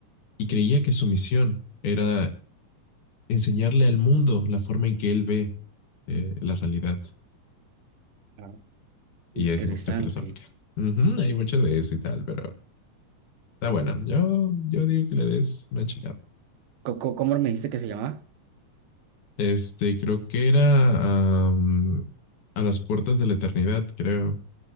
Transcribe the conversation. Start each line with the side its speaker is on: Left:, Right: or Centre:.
Left: Y creía que su misión era enseñarle al mundo la forma en que él ve eh, la realidad.
Right: ah, interesante.
Left: Y es un poquito filosófica. Ujú, hay mucho de eso y tal, pero está buena. Yo, yo digo que le des una checada.
Right: Co- co- ¿Cómo, me dijiste que se llamaba?
Left: Este, creo que era am, a las puertas de la eternidad, creo.